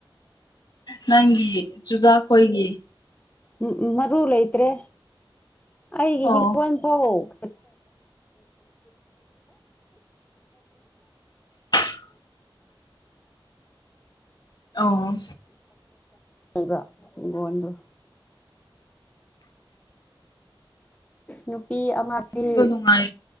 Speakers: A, on the left; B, on the left.
A: ꯅꯪꯒꯤ ꯆꯨꯖꯥꯛꯈꯣꯏꯒꯤ
B: ꯎ ꯃꯔꯨ ꯂꯩꯇ꯭ꯔꯦ ꯑꯩꯒꯤ
A: ꯑꯣ
B: ꯍꯤꯡꯈꯣꯣꯟ ꯐꯥꯎ <inaudible>
A: <inaudible> ꯑ
B: ꯩꯕ ꯏꯒꯣ ꯑꯣꯗꯨ ꯅꯨꯄꯤ ꯑꯃꯗꯤ
A: ꯑꯗꯨ ꯅꯨꯡꯉꯥꯏ